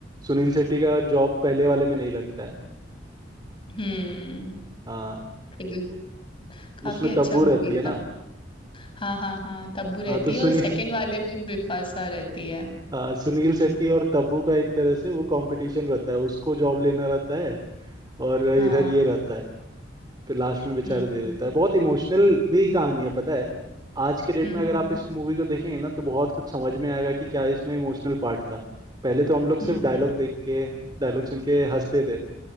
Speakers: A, on the right (about 25°); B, on the left (about 30°).
A: सुनील शेट्टी का जॉब पहले वाले में नहीं लगता है
B: हम्म
A: हाँ
B: फिर- काफी
A: उसमें
B: अच्छा
A: तब्बू
B: मूवी
A: रहती है
B: था
A: ना
B: हाँ हाँ हाँ तब्बू रहती
A: हाँ तो सुनील
B: है और सेकंड वाले में बिपाशा रहती है
A: हाँ, सुनील शेट्टी और तब्बू का एक तरह से वो कंपटीशन रहता है उसको जॉब लेना रहता है और इधर
B: हाँ
A: ये रहता है फिर लास्ट में बेचारा
B: हम्म
A: दे देता
B: हम्म
A: है बहुत इमोशनल भी कहानी है पता है आज के डेट
B: हम्म
A: में अगर आप
B: हम्म
A: इस मूवी को देखेंगे ना तो बहुत कुछ समझ में आएगा कि क्या इसमें इमोशनल पार्ट था पहले तो हम लोग सिर्फ
B: हम्म
A: डायलॉग देख के डायलॉग सुन के हंसते थे